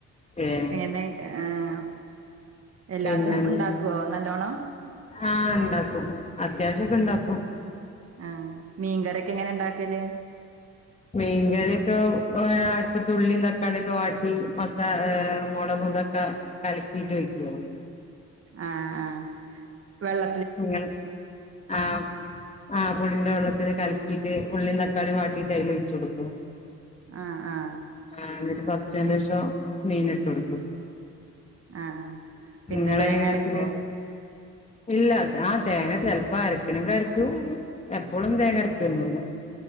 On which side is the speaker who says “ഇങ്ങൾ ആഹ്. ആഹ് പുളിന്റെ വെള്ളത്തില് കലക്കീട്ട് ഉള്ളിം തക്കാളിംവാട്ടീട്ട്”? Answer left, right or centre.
Left